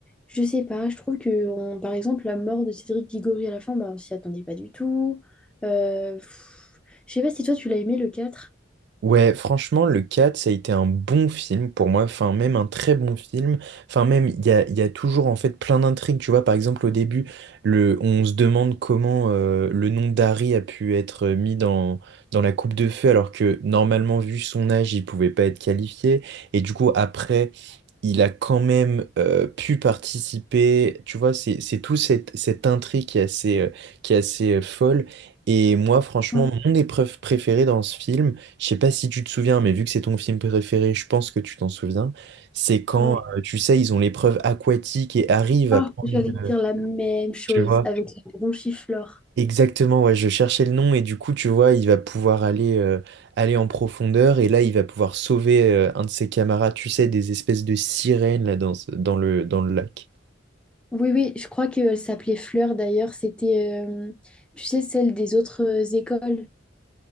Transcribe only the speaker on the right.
Ouais, franchement, le 4, ça a été un bon film pour moi, enfin même un très bon film, enfin même il y a, il y a toujours en fait plein d'intrigues, tu vois, par exemple au début, le, on se demande comment euh, le nom d'Harry a pu être mis dans, dans la coupe de feu alors que normalement vu son âge, il pouvait pas être qualifié, et du coup après, il a quand même euh, pu participer, tu vois, c'est, c'est tout cette, cette intrigue qui est assez, euh, qui est assez euh, folle, et moi franchement,
mon épreuve préférée dans ce film, je sais pas si tu te souviens, mais vu que c'est ton film préféré, je pense que tu t'en souviens. C'est quand,
euh, tu sais, ils ont l'épreuve aquatique et arrivent
à prendre
une...
euh,
Tu vois?
Exactement, ouais, je cherchais le nom et du coup, tu vois, il va pouvoir aller, euh, aller en profondeur et là, il va pouvoir sauver, euh, un de ses camarades, tu sais, des espèces de sirènes là, dans, ce- dans le, dans le lac.